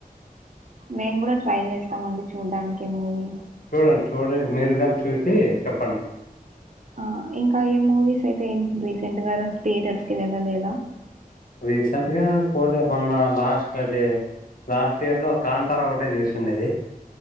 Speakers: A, on the right (about 55°); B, on the left (about 70°).
A: మెంగూడ ట్రై చేస్తామండి చూడడానికి మూవీ
B: చూడండి చూడి మీరుగాని చూసి చెప్పండి
A: ఆ ఇంకా ఏ మూవీస్ అయితే రీసెంట్ గా థియేటర్స్ కి వెళ్ళలేదా
B: రీసెంట్ గా పూజ మొన్న లాస్ట్ అది లాస్ట్ ఇయర్ లో కాంతార ఒకటే చూసిండేది